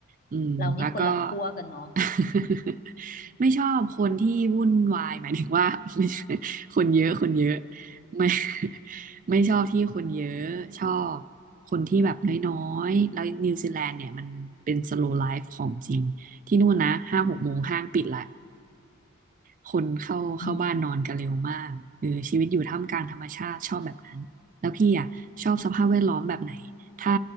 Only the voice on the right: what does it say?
อืมแล้วก็
<laughs> ไม่ชอบคนที่วุ่นวายหมายถึงว่า <laughs> ไม่ใช่คนเยอะคนเยอะ
ไม่ <laughs> ไม่ชอบที่คนเยอะชอบคนที่แบบน้อยๆแล้วนิวซีแลนด์เนี่ยมันเป็นสโล w l ไลฟ์ของจริงที่นู่นนะห้าหกโมงห้างปิดละ คนเข้าเข้าบ้านนอนกันเร็วมากเออชีวิตอยู่ท่ามกลางธรรมชาติชอบแบบนั้นแล้วพี่อ่ะชอบสภาพแวดล้อมแบบไหนถ้า